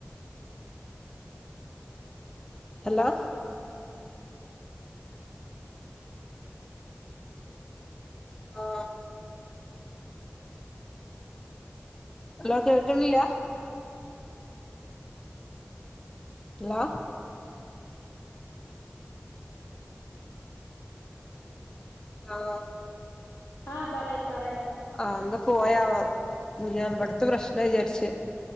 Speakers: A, on the left (about 15°); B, on the left (about 65°).
A: ഹലോ ആഹ് ഹല്ലോ കേൾക്കണില്ല ഇല്ലാ ആഹ്
B: ആഹ് പറയ് പറയ്
A: ആഹ് എന്ത പോയാ <unintelligible> <unintelligible> പ്രശ്ന- ശ്